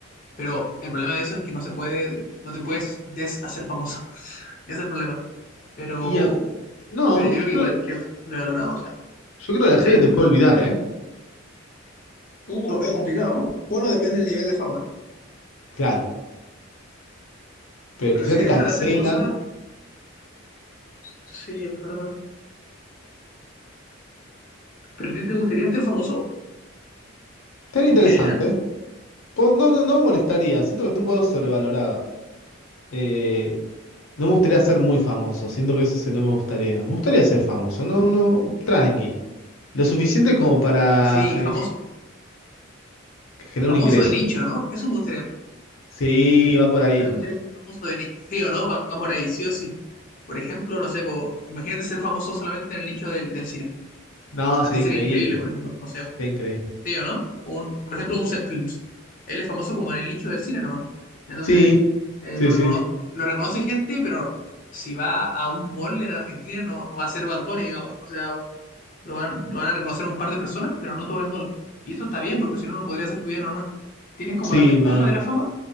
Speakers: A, on the left; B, on the left.
A: Pero el problema de eso es que no se puede, no te puedes deshacer famoso. <laughs> es el problema. Pero,
B: Y a- no,
A: pero yo
B: yo
A: creo
B: creo,
A: que igual que se le ha valorado, o sea,
B: yo creo que la gente
A: ¿sí?
B: te puede olvidar, ¿eh?
A: Uh, lo veo complicado. Bueno, depende del nivel de fama.
B: Claro. Pero
A: Pero
B: quizá
A: si
B: te
A: deja
B: cancelan.
A: de hacer cosas, sí, es verdad. ¿Pero a ti te gustaría ser famoso
B: Tan interesante.
A: en general?
B: Po- No, no, no me molestaría. Siento que está un poco sobrevalorado. Eh, no me gustaría
A: Mm.
B: ser muy famoso. Siento que eso se- no me gustaría. Me gustaría ser famoso. No, no. Tranqui. Lo suficiente como para
A: Sí,
B: gener-
A: famoso,
B: que genere
A: famoso
B: un ingreso.
A: de nicho, ¿no? Eso me gustaría.
B: Sí, va por ahí.
A: A mí me gustaría ser famoso de nicho, sí o no, va va por ahí, sí o sí. Por ejemplo, no sé, po, imagínate ser famoso solamente en el nicho del, del cine.
B: No,
A: Para
B: sería
A: ti sería
B: increíble.
A: increíble, por ejemplo, no sé, un-
B: Sería increíble.
A: sí o no, un, por ejemplo, un Seth Films. Él es famoso como en el nicho del cine nomás. Entonces,
B: Sí,
A: eh,
B: sí,
A: lo reconoce,
B: sí.
A: lo reconoce gente, pero si va a un mall en Argentina no, no va a ser Bad Bunny, digamos. O sea, lo van, lo van a reconocer un par de personas, pero no todo el mall. Y eso está bien, porque si no, no podría ser tu vida normal. Tienes como
B: Sí,
A: las ventajas
B: no, no.
A: de la fama